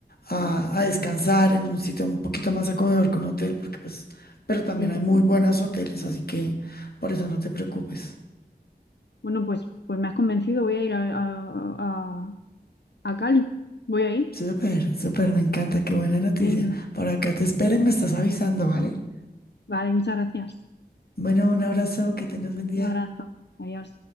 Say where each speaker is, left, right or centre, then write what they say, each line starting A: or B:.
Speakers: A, on the left; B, on the left.
A: a- a descansar en un sitio un poquito más acogedor que un hotel, porque pues, pero también
B: Sí.
A: hay
B: claro.
A: muy buenos hoteles, así que por eso no te preocupes.
B: Bueno, pues, pues me has convencido. Voy a ir a, a, a a Cali. Voy a ir.
A: Súper, súper, me encanta, qué buena noticia.
B: Venga.
A: Por acá te espero y me estás avisando, ¿vale?
B: Vale, muchas gracias.
A: Bueno, un abrazo, que tengas buen día.
B: Un abrazo. Adiós.